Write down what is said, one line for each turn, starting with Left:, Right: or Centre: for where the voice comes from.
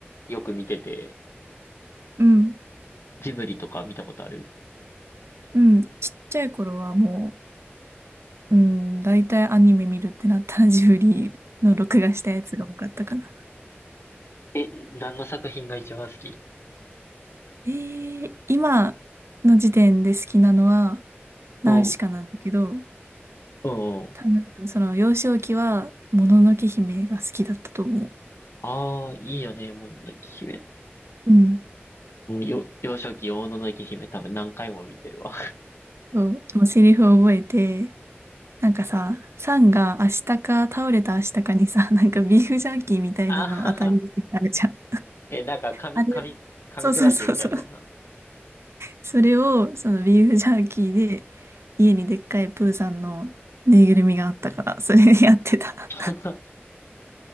Left: よく見てて、
Right: うん。
Left: ジブリとか見たことある
Right: うん。ちっちゃい頃はもう、うん、大体アニメ見るってなったらジブリの録画したやつが多かったかな。
Left: え、何の作品が一番好き
Right: えー、今の時点で好きなのは、ナウシカなんだけど、
Left: うん、うん、うん。
Right: 多分その幼少期は、もののけ姫が好きだったと思う。
Left: ああ、いいよね、もののけ姫。
Right: うん。
Left: もうよ、幼少期、もののけ姫多分何回も見てるわ。
Right: そう、もうセリフを覚えて、なんかさ、サンが明日か倒れた明日かにさ、<laughs> なんかビーフジャーキーみたいなの当たり出てあるじゃん。
Left: あはは。え、なんか噛み、
Right: あれ、
Left: 噛み、噛み砕いてみたやつやんな。
Right: そうそうそうそう。それを、そのビーフジャーキーで、家にでっかいプーさんのぬいぐるみがあったから、それでやってた。
Left: <laughs>